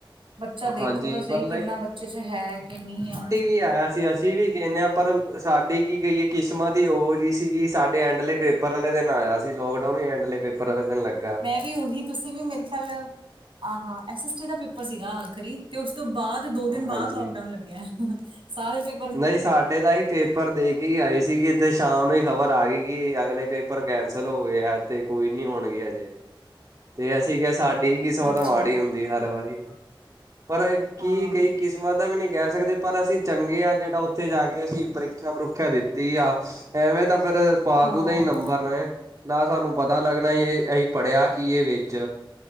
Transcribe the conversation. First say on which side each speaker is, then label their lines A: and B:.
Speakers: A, on the right; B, on the right.
A: ਬੱਚਾ ਦੇਖੋ
B: ਹਾਂਜੀ
A: ਤਾਂ ਸਹੀ
B: ਪਰ
A: ਕਿੰਨਾ ਬੱਚੇ ਹੈ ਕਿ ਨਈ ਐ।
B: ਕੀ ਆਇਆ ਸੀ ਅਸੀਂ ਵੀ ਕਹਿੰਨੇ ਆ ਪਰ ਸਾਡੀ ਕੀ ਕਹੀਏ। ਕਿਸਮਤ ਹੀ ਉਹੋ ਜਿਹੀ ਸੀਗੀ ਸਾਡੇ ਐਂਡਲੇ ਪੇਪਰ ਵਾਲੇ ਦਿਨ ਆਇਆ ਸੀ ਲੋਕਡਾਊਨ ਹੀ ਐਂਡਲੇ ਪੇਪਰ ਵਾਲੇ ਦਿਨ ਲੱਗਾ।
A: ਤੇ ਉਹੀ ਤੁਸੀਂ ਵੀ ਮੇਰੇ ਖਿਆਲ, ਆਹਾਂ, ਐੱਸ ਐੱਸ ਟੀ ਦਾ ਪੇਪਰ ਸੀਗਾ ਆਖਰੀ। ਉਸ ਤੋਂ ਬਾਅਦ ਦੋ ਦਿਨ ਬਾਅਦ
B: ਹਾਂਜੀ
A: ਲੋਕਡਾਊਨ ਲੱਗਿਆ ਸਾਰੇ ਤੇ।
B: ਨਹੀਂ ਸਾਡੇ ਤਾਂ ਹੀ ਪੇਪਰ ਦੇ ਕੇ ਹੀ ਆਏ ਸੀਗੀ ਤੇ ਸ਼ਾਮ ਨੂੰ ਹੀ ਖ਼ਬਰ ਆ ਗਈ। ਕਿ ਅਗਲੇ ਪੇਪਰ ਕੈਂਸਲ ਹੋ ਗਏ ਆ ਤੇ ਕੋਈ ਨੀ ਹੋਣਗੇ ਹਜੇ। ਤੇ ਅਸੀਂ ਕਿਹਾ ਸਾਡੀ ਕਿਸਮਤ
A: ਅੱਛਾ
B: ਮਾੜੀ ਹੁੰਦੀ ਹਰ ਵਾਰੀ ਪਰ ਕੀ
A: ਹਾਂ
B: ਕਈ। ਕਿਸਮਤ ਦਾ ਵੀ ਨਹੀਂ ਕਹਿ ਸਕਦੇ ਪਰ ਅਸੀਂ ਚੰਗੇ ਹਾਂ ਜਿਹੜਾ ਉੱਥੇ ਜਾ ਕੇ ਅਸੀਂ ਪ੍ਰੀਖਿਆ ਪਰੂਖਿਆ ਦਿੱਤੀ ਆ। ਐਵੇਂ ਤਾਂ ਪਰ ਫਾਲਤੂ
A: ਹਾਂ।
B: ਦਾ ਹੀ ਨੰਬਰ ਨੇ ਨਾ ਸਾਨੂੰ ਪਤਾ ਲੱਗਣਾ ਹੀ ਇਹ ਅਹੀ ਪੜ੍ਹਿਆ ਕੀ ਵਿੱਚ।